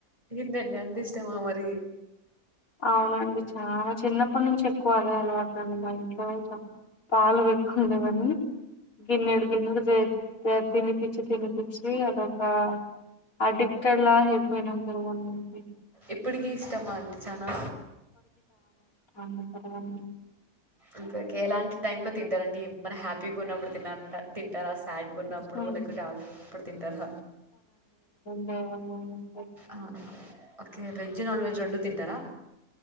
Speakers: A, on the right; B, on the left.
A: <unintelligible> అంతిష్టమా మరీ
B: ఔనండి చాన చిన్నప్పట్ నుంచి ఎక్కువదే అలవాటండి మా ఇంట్లో చ పాలు వెక్కుండమని గిన్నెడు గిన్నెడు జే <unintelligible> తినిపిచ్చి తినిపిచ్చీ అదొకా అడిక్టెడ్లా అయ్పొయ్నాం. <unintelligible>
A: ఇప్పుడికీ ఇష్టమా అండి చానా.
B: అన్నం పెరుగన్నం.
A: ఒకే ఒకే ఎలాంటి టైమ్ లో తింటారండి ఎమన హ్యాపీగా ఉన్నప్పుడు తిన్ తింటార సాడ్ గున్నప్పుడు
B: ఇష్టం అండి.
A: లెక్ డౌన్ గా ఉన్నపుడు తింటార
B: ఔనా.
A: ఔను ఒక్కే వెజ్జ్ నాన్వెజ్ రొండూ తింటార.